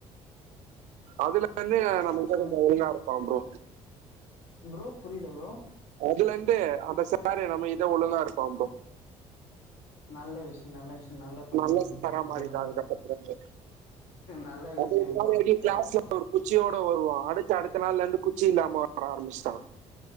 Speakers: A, on the right (about 80°); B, on the left (about 80°).
A: அதுல இருந்து நம்மகிட்ட
B: சொல்லு
A: கொஞ்ச ஒழுங்கா இருப்பா ப்ரோ
B: ப்ரோ புரியல ப்ரோ
A: அதுல எந்த அந்த சார நம்ம கிட்ட ஒழுங்கா இருப்பா ப்ரோ
B: நல்ல விஷயம் நல்ல விஷயம் நல்லா பண்ணிருக்கங்க
A: நல்ல சாரா
B: ப்ரோ நல்லது
A: மாறிட்டான்
B: நல்ல
A: அதுக்கப்புறத்துல இருந்து
B: நல்ல
A: அது
B: விஷயம்
A: முன்னாடி
B: ப்ரோ
A: வரைக்கும் கிளாஸ்ல
B: கேக்கு
A: ஒரு குச்சியோட வருவா அடுத்து அடுத்த நாள்ல இருந்து குச்சி இல்லாம வர ஆரம்ச்சட்டா